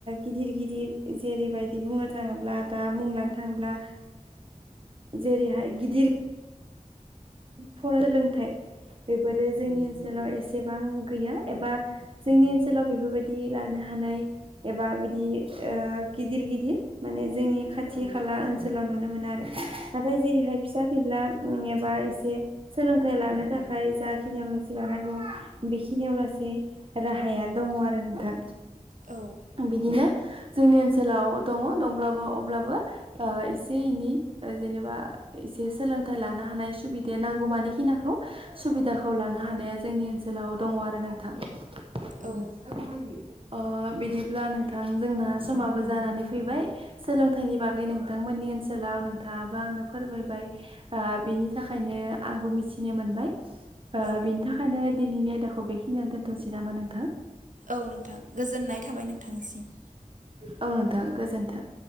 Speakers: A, on the right; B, on the right.
A: गिदिर गिदिर जेरैबायदि बु थाङोब्ला दा मुं लानो थाङोब्ला जेरैहाय गिदिर फराय सोलोंथाइ बेफोरो जोंनि ओनसोलाव एसेबां गैया एबा जोंनि ओनसोलाव बेफोरबायदि लानो हा हानाय एबा बिदि गिदिर गिदिर माने जोंनि खाथि खाला ओनसोलाव नुनो मोन आरो नाथाय जेरैहाय फिसा फिला एबा सोलोंथाइ लानो थाखाय जाखिनियाव लासै लानांगौ बेखिनियाव लासै राहा गाहाया दङ आरो नोंथां
B: औ
A: बिदिनो जोंनि ओनसोलाव दङ दंब्लाबो अब्लाबो एसे एनै जेनेबा एसे सोलोंथाइ लानो हानाय सम सुबिदाया नांगौमानिखिनिखौ सुबिदाखौ लानो हानाया जोंनि ओनसोलाव दङ आरो नोंथां <unintelligible>
B: औ
A: <inaudible> ओ बिदिब्ला नोंथां जोंना समाबो जानानै फैबाय सोलोंथाइनि बागै नोंथांमोन ओनसोलाव नोंथाङाबो आंनो फोरमायबाय बिनि थाखायनो आंबो मिथिनो मोनबाय
B: औ
A: बिनि थाखायनो दिनैनि आयदाखौ बेखिनियाव दोनथनोसै नामा नोंथां
B: औ नोंथां गोजोननाय थाबाय नोंथांनिसिम
A: औ नोंथां गोजोनथों